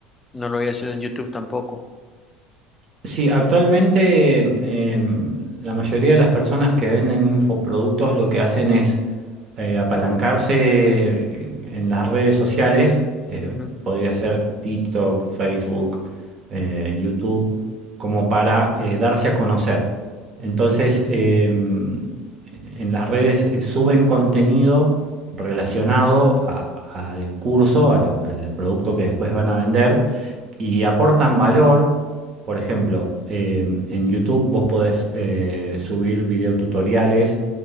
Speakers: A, on the left; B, on the right.
A: no lo había hecho en YouTube tampoco.
B: Sí, actualmente em, la mayoría de las personas que venden infoproductos lo que hacen es eh, apalancarse en en las redes sociales, eh,
A: Ujú,
B: podría ser TikTok, Facebook, eh, YouTube, como para eh, darse a conocer. Entonces, em, en las redes eh, suben contenido relacionado a- al curso, a lo- al producto que después van a vender y aportan valor. Por ejemplo, eh, en YouTube vos podés eh, subir videotutoriales